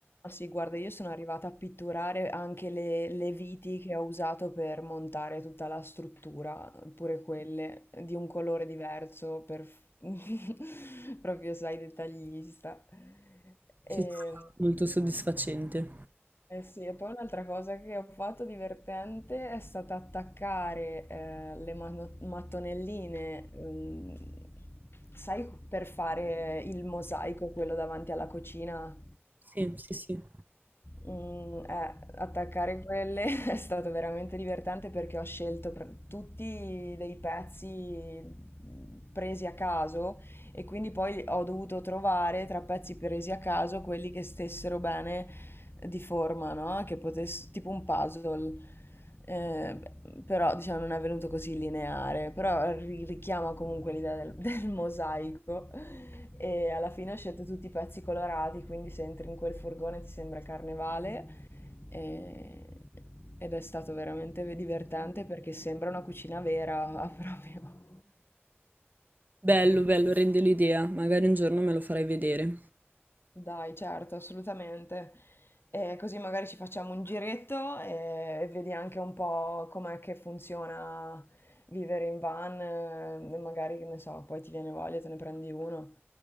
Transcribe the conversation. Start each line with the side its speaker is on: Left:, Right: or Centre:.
Left: Ma sì, guarda, io sono arrivata a pitturare anche le, le viti che ho usato per montare tutta la struttura, pure quelle di un colore diverso, per... <laughs> proprio, sai, dettaglista. E,
Right: Sì, sì, molto soddisfacente.
Left: eh sì, e poi un'altra cosa che ho fatto divertente è stata attaccare eh, le mano- mattonelline, ehm, sai, per fare il mosaico, quello davanti alla cucina.
Right: Sì, sì, sì.
Left: Mm, eh, attaccare quelle <laughs> è stato veramente divertente perché ho scelto pr- tutti dei pezzi mm, presi a caso e quindi poi ho dovuto trovare tra pezzi presi a caso quelli che stessero bene di forma, no? Che potesse, tipo un puzzle. Eh, però diciamo non è venuto così lineare, però ri- richiama comunque l'idea del- il mosaico e alla fine ho scelto tutti i pezzi colorati, quindi se entri in quel furgone ti sembra carnevale e- ed è stato veramente divertente perché sembra una cucina vera <laughs> proprio.
Right: Bello, bello, rende l'idea. Magari un giorno me lo farai vedere.
Left: Dai, certo, assolutamente. E così magari ci facciamo un giretto e, e vedi anche un po' com'è che funziona vivere in van, eh, magari che ne so, poi ti viene voglia, te ne prendi uno.